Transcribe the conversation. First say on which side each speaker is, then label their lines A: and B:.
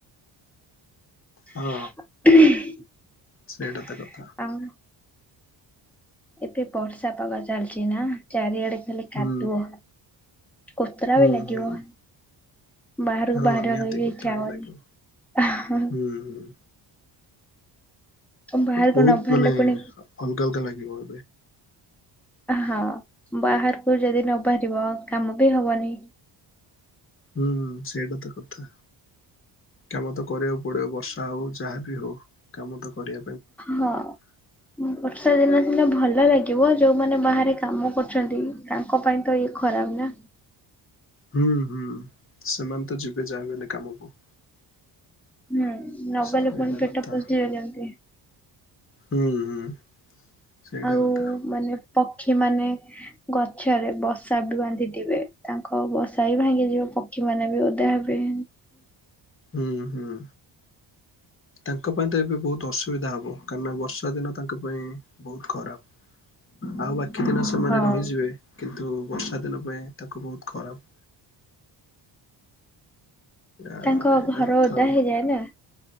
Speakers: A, on the left (about 25°); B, in the centre.
A: ହଁ
B: <inaudible>
A: ସେଇଟା ତ କଥା।
B: ଆଉ। ଏବେ ବର୍ଷା ପାଗ ଚାଲିଚି ନା ଚାରିଆଡେ ଖାଲି କାଦୁଅ।
A: ହୁଁ
B: କୁତୁରା
A: ହୁଁ
B: ବି ଲାଗିବ।
A: ହୁଁ
B: ବାହାରକୁ
A: ହଁ
B: ବାହାରିବା
A: ନିହାତି
B: ପାଇଁ ବି
A: କୁତ୍ରା
B: ଇଚ୍ଛା ହବନି।
A: ଲାଗିବ ହୁଁ ହୁଁ।
B: ବାହାରକୁ
A: ବହୁତ
B: ନ ବାହାରିଲେ
A: ମାନେ
B: ପୁଣି
A: ଅଲଗା ଅଲଗା ଲାଗିବ।
B: ହଁ ବାହାରକୁ ଯଦି ନ ବାହାରିବ କାମ ବି ହବନି।
A: ହୁଁ ସେଇଟା ତ କଥା କାମ ତ କରିବା ପଡିବ ବର୍ଷା ହଉ ଯାହାବି ହଉ କାମ ତ କରି
B: ହଁ।
A: <inaudible>
B: ବର୍ଷା ଦିନ ସିନା ଭଲ ଲାଗିବ ଯୋଉମାନେ ବାହାରେ କାମ କରୁଛନ୍ତି ତାଙ୍କ ପାଇଁ ତ ଇଏ ଖରାପ ନା।
A: ହୁଁ ହୁଁ ସେମାନେ ତ ଯିବେ ଯା ହେଲେ ବି କାମକୁ।
B: ହୁଁ ନଗଲେ
A: ସେଇଟା
B: ପୁଣି ପେଟ
A: କଥା
B: ପୋଷିବେ କେମିତି?
A: ହୁଁ ହୁଁ ସେଇଟା
B: ଆଉ
A: କଥା
B: ମାନେ ପକ୍ଷୀ ମାନେ ଗଛରେ ବସା ବି ବାନ୍ଧିଥିବେ ତାଙ୍କ ବସା ବି ଭାଙ୍ଗିଯିବ। ପକ୍ଷୀ ମାନେ ବି ଓଦା ହେବେ।
A: ହୁଁ ହୁଁ। ତାଙ୍କ ପାଇଁ ତ ଏବେ ବହୁତ ଅସୁବିଧା ହେବ କାହିଁକିନା ବର୍ଷା ଦିନ ତାଙ୍କ ପାଇଁ ବହୁତ ଖରାପ। ଆଉ ବାକି ଦିନ ସେମାନେ
B: ହଁ।
A: ରହିଯିବେ କିନ୍ତୁ ବର୍ଷା ଦିନ ପାଇଁ ତାଙ୍କୁ ବହୁତ ଖରାପ ଏ ଏଇଟା
B: ତାଙ୍କ ଘର
A: କଥା
B: ଓଦା
A: ଆଉ
B: ହେଇଯାଏ ନା।